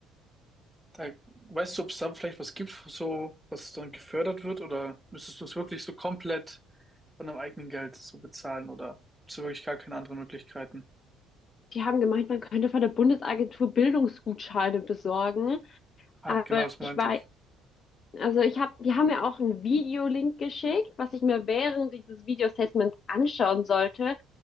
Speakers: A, in the centre; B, on the left.
A: Da, weißt du, ob es da vielleicht was gibt, so, was dann gefördert wird, oder müsstest du es wirklich so komplett von deinem eigenen Geld so bezahlen, oder hast du wirklich gar keine anderen Möglichkeiten?
B: die haben gemeint, man könnte von der Bundesagentur Bildungsgutscheine besorgen.
A: Ah,
B: Aber
A: genau das meinte
B: ich war
A: ich.
B: also ich habe, die haben mir auch einen Videolink geschickt, was ich mir während dieses Videostatements anschauen sollte.